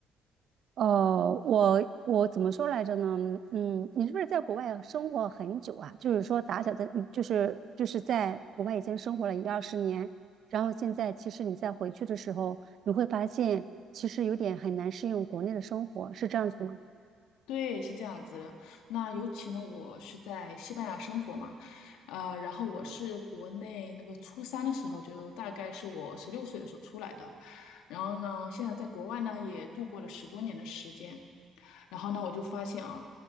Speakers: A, on the right (about 60°); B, on the left (about 85°).
A: 呃，我我怎么说来着呢？嗯，你是不是在国外生活很久啊？就是说打小在，嗯就是就是在国外已经生活了一二十年，然后现在其实你再回去的时候，你会发现其实有点很难适应国内的生活，是这样子吗？
B: 对，是这样子的。那尤其呢，我是在西班牙生活嘛，呃，然后我是国内那个初三的时候，就大概是我十六岁的时候出来的。然后呢，现在在国外呢也度过了十多年的时间。然后呢，我就发现啊，